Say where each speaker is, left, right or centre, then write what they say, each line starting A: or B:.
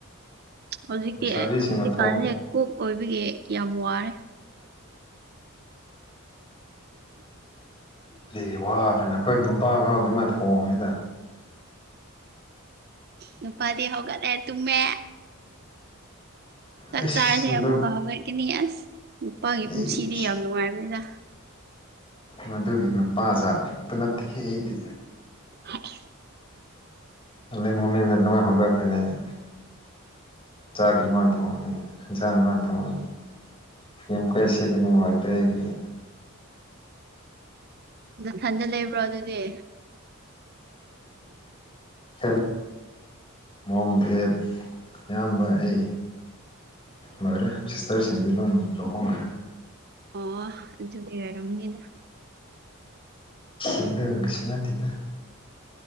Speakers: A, on the right; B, on the left.
A: ꯍꯧꯖꯤꯛꯇꯤ
B: ꯂꯩꯁꯥꯕꯤꯁꯤꯡꯅ
A: ꯍꯧꯖꯤꯛꯀꯥꯟꯁꯦ
B: ꯊꯣꯡ
A: ꯀꯣꯛ ꯑꯣꯏꯕꯒꯤ ꯌꯥꯝ ꯋꯥꯔꯦ
B: ꯀꯁ ꯋꯥꯕ꯭ꯔꯅ ꯑꯩꯈꯣꯏ ꯅꯨꯄꯥ ꯐꯥꯎ ꯑꯗꯨꯃꯥꯏꯅ ꯊꯣꯡꯉꯤꯗ
A: ꯅꯨꯄꯥꯗꯤ ꯍꯒꯗꯦ ꯇꯨꯝꯃꯦ ꯆꯥꯛ
B: ꯑꯩꯁ
A: ꯆꯥꯔꯁꯦ
B: ꯑꯗꯨ
A: ꯑꯃꯨꯛꯀ ꯍꯧꯒꯠꯀꯅꯤ ꯑꯁ ꯅꯨꯄꯥꯒꯤ
B: ꯑꯩ
A: ꯄꯨꯟꯁꯤꯗꯤ ꯌꯥꯝ ꯅꯨꯡꯉꯥꯏꯕꯅꯤꯗ
B: ꯃꯗꯨꯒꯤ ꯅꯨꯄꯥ ꯖꯥꯠꯇ ꯅꯠꯇꯦꯍꯦ ꯑꯩꯗꯤ
A: <inaudible>
B: ꯑꯂ ꯃꯣꯔꯅꯤ ꯅꯠꯇꯃ ꯍꯧꯒꯀꯅꯤ <unintelligible> ꯌ ꯀꯁꯒꯤꯅꯤ ꯋꯥꯏꯇꯔꯅꯤꯅꯤ
A: ꯊꯟꯖꯦꯜ ꯂꯩ ꯂꯩꯕ꯭ꯔꯣ ꯑꯗꯨꯗꯤ
B: ꯍ ꯃꯣꯝꯊꯦꯛ ꯑꯌꯥꯝꯕ ꯑꯩ ꯃꯔꯦ ꯆꯤꯁꯇꯔꯦꯁꯤꯡꯗꯤ ꯂꯣ ꯍꯣꯡ
A: ꯑꯣ ꯑꯗꯨꯗꯤ ꯑꯣꯏꯔꯝꯒꯤꯗ
B: ꯑꯦꯗ ꯁꯅꯥꯇꯤꯗ